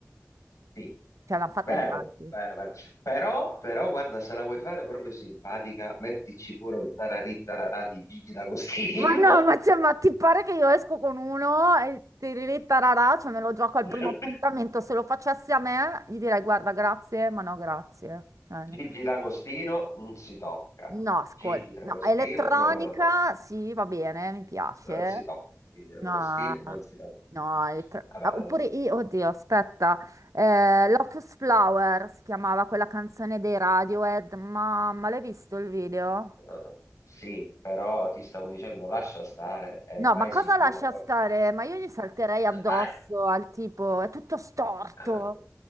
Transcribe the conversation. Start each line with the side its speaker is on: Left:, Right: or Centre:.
Left: sì,
Right: Cioè, l'hanno fatta
Left: vero,
Right: in tanti.
Left: vero, vero. Però, però, guarda, se la vuoi fare proprio simpatica, mettici pure un tararì tararà di Gigi D'Agostino.
Right: Ma no, ma, cioè, ma ti pare che io esco con uno e tiriri tararà, cioè me lo gioco al
Left: <laughs>
Right: primo appuntamento. Se lo facessi a me, gli direi guarda, grazie, ma no, grazie. Cioè,
Left: Gigi D'Agostino non si tocca,
Right: No, ascolta,
Left: Gigi D'Agostino
Right: no, elettronica
Left: non me lo tocca,
Right: sì, va bene, mi piace.
Left: non si tocca, Gigi D'Agostino
Right: No,
Left: non si tocca.
Right: no, elettro-
Left: Vabbè,
Right: ah, oppure
Left: allora.
Right: io, oddio, aspetta, eh, Lotus Flower si chiamava quella canzone dei Radiohead, ma, ma l'hai visto il video?
Left: Eh, sì, però ti stavo dicendo lascia stare e
Right: No,
Left: vai
Right: ma cosa
Left: sicura.
Right: lascia
Left: poi.
Right: stare? Ma io gli salterei addosso
Left: Vai.
Right: al tipo, è tutto storto.
Left: Ah, beh,